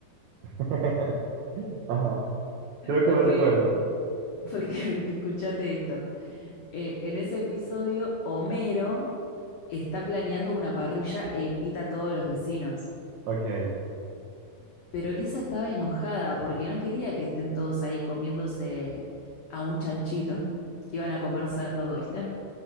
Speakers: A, on the right (about 75°); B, on the left (about 75°).
A: <laughs> Ajá, creo que
B: Porque
A: lo recuerdo.
B: Porque <laughs> escúchate esto. Eh, en ese episodio, Homero está planeando una parrilla e invita a todos los vecinos.
A: Ok.
B: Pero Lisa estaba enojada porque no quería que estén todos ahí comiéndose a un chanchito. Iban a comer cerdo, ¿viste?